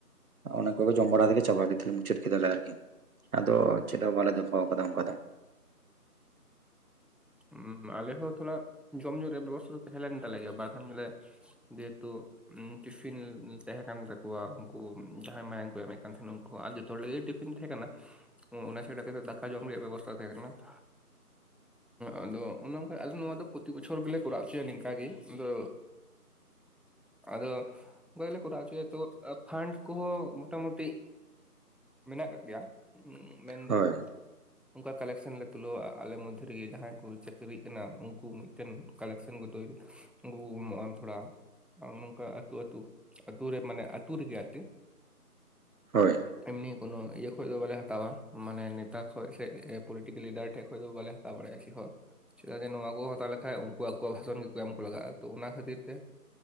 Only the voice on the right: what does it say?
ᱱᱚᱜ-ᱚᱱᱟ ᱠᱚᱜᱮ ᱡᱚᱢ ᱵᱟᱲᱟ ᱛᱮ ᱜᱮ ᱪᱟᱵᱟ ᱠᱮᱫᱟᱞᱮ ᱢᱩᱪᱟᱹᱫ ᱠᱮᱫᱟᱞᱮ ᱟᱨᱠᱤ, ᱟᱫᱚ ᱪᱮᱫ ᱦᱚᱸ ᱵᱟᱞᱮ ᱫᱚᱦᱚ ᱟᱠᱟᱫᱟ ᱚᱱᱠᱟ ᱫᱚ ᱾
ᱦᱳᱭ
ᱦᱳᱭ᱾